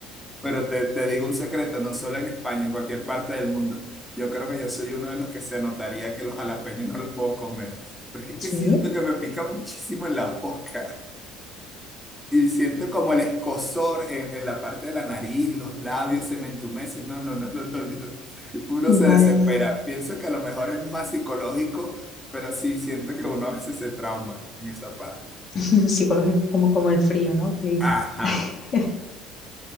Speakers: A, in the centre; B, on the left (about 40°).
A: Pero te, te digo un secreto, no solo en España, en cualquier parte del mundo. Yo creo que yo soy uno de los que se notaría que los jalapeños no los puedo comer, porque es
B: Sí,
A: que siento que me pica muchísimo en la boca. Y siento como el escozor en, en la parte de la nariz, los labios se me entumecen. No, no, no, no, no, yo- uno se
B: vaya.
A: desespera. Pienso que a lo mejor es más psicológico, pero sí siento que uno a veces se trauma en esa parte.
B: <laughs> Psicológico como, como el frío, ¿no? Que dice.
A: Ajá,
B: <laughs>